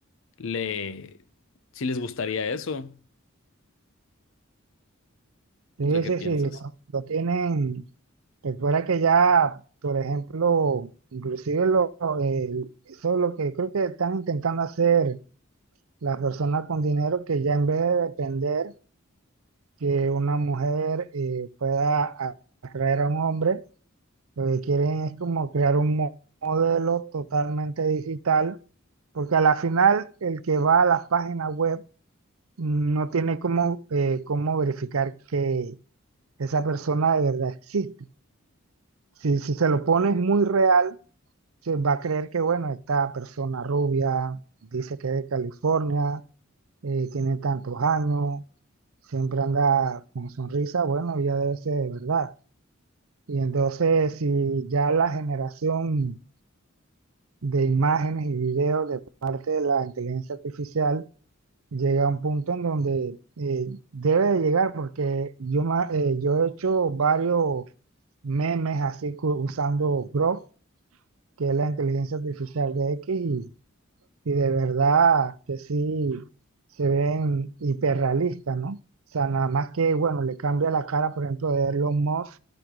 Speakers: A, on the left (about 65°); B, on the right (about 80°).
A: le, si les gustaría eso.
B: Sí,
A: No sé
B: sí,
A: qué
B: sí,
A: piensas.
B: lo, lo tienen. Recuerda que ya, por ejemplo, inclusive lo, el- eso es lo que creo que están intentando hacer las personas con dinero, que ya en vez de depender que una mujer eh, pueda a- atraer a un hombre, Lo que quieren es como crear un mo- modelo totalmente digital, porque a la final el que va a las páginas web mm, no tiene cómo, eh, cómo verificar que esa persona de verdad existe. Si, si se lo pones muy real, se va a creer que, bueno, esta persona rubia dice que es de California, eh, tiene tantos años, siempre anda con sonrisa, bueno, ya debe ser de verdad. Y entonces, si ya la generación de imágenes y videos de parte de la inteligencia artificial llega a un punto en donde eh, debe de llegar, porque yo, ma- eh, yo he hecho varios memes así cu- usando Grok, que es la inteligencia artificial de X, y, y de verdad que sí se ven hiperrealistas, ¿no? O sea, nada más que, bueno, le cambia la cara, por ejemplo, de Elon Musk